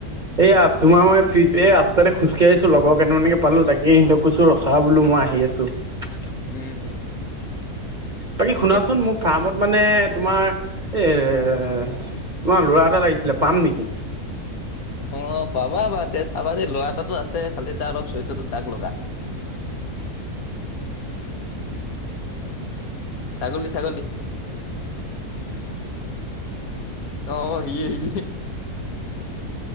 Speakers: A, on the right; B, on the left.
A: এইয়া তোমাৰ ম‌ই পি পে এই ৰাস্তাতে খোজকাঢ়ি আছো লগৰকেইটা মানকে পালো তাকে সিহঁতক কৈছো ৰখা বোলো মই আহি আছো। <unintelligible>
B: উম,
A: বাকী শুনাচোন
B: এ
A: মোক ফাৰ্মত মানে তোমাৰ, এ তোমাৰ লৰা এটা লাগিছিলে পাম নেকি?
B: অহ, পাবা পাওঁতে চাবা দেই লৰা এটাতো আছে। খালি তাৰ অলপ চৰিত্ৰটো দাগ লগা। ছাগলী ছাগলী অহ, সি এহ সি এহ